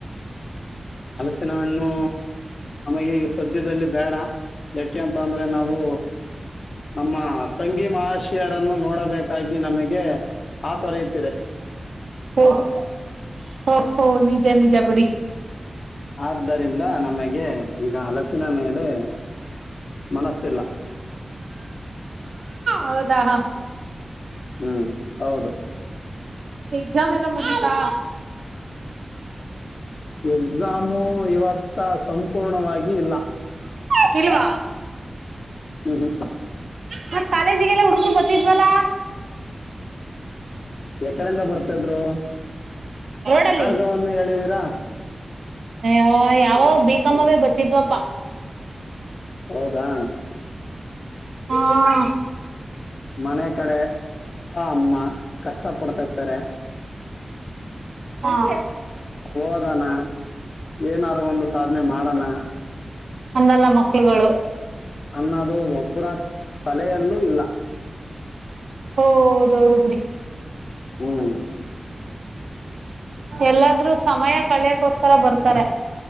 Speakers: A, on the left; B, on the right.
A: ಹಲಸಿನ ಹಣ್ಣು ನಮಗೆ ಈಗ ಸದ್ಯದಲ್ಲಿ ಬೇಡ. ಯಾಕೆಂತಂದ್ರೆ ನಾವು ನಮ್ಮ ತಂಗಿ ಮಹಾಶಿಯರನ್ನು ನೋಡಬೇಕಾಗಿ., - ನಮಗೆಆ ತುರೆಯುತ್ತಿದೆ.
B: ಹ ಹ, ಓಹೋ ನಿಜ- ನಿಜ ಬಿಡಿ.
A: ಆದ್ದರಿಂದ ನಮಗೆ ಈಗ ಹಲಸಿನ ಮೇಲೆ ಮನಸ್ಸಿಲ್ಲ <inaudible>
B: ಹೌದಾ, ಹ
A: ಹ್ಮ್, ಹೌದು
B: ಎಕ್ಸಾಮ್ ಎಲ್ಲ ಮಾಗೀತಾ,
A: ಎಕ್ಸಾಮು ಇವತ್ತ ಸಂಪೂರ್ಣವಾಗಿ ಇಲ್ಲ.
B: ತಿರಿವಾ <unintelligible>
A: ಹ್ಮ್ ಹ್ಮ <inaudible>
B: ಮತ್ತಕಾಲೇಜಿಗೆಲ್ಲ ಹುಡುಗರು ಬರ್ತಿದ್ವಲ್ಲಾ.
A: ಎಕಡಿಂದ ಬರ್ತದ್ರು
B: ರೋಡಲ್ಲಿ
A: ಮಾರ್ಗವನ್ನು ಹೇಳಿವೀರಾ.
B: ಅಯ್ಯೋ, ಯಾವೋ ಬಿಕಾಮಾವೇ ಬರ್ತಿದ್ವಪಾ.
A: ಹೌದಾ,
B: ಹಾ,,
A: ಮನೆ ಕಡೆ ಅಪ್ಪ ಅಮ್ಮ ಕಷ್ಟ ಪಡ್ತೀರ್ತಾರೆ.
B: ಹಾ <inaudible>
A: ಹೋಗಣ ಏನಾರು ಒಂದು ಸಾಧನೆ ಮಾಡಣ
B: ಅಂದಲ್ಲ ಮಕ್ಳುಗಳು
A: ಅನ್ನದು ಒಬ್ಬರ ತಲೆಯಲ್ಲೂ ಇಲ್ಲ
B: ಹಓೌದೌದು ಬಿುಡಿ
A: ಹ್ಮ್
B: ಎಲ್ಲಾದ್ರೂ ಸಮಯ ಕಳಿಯಕ್ಕೋಸ್ಕರ ಬರ್ತಾರೆ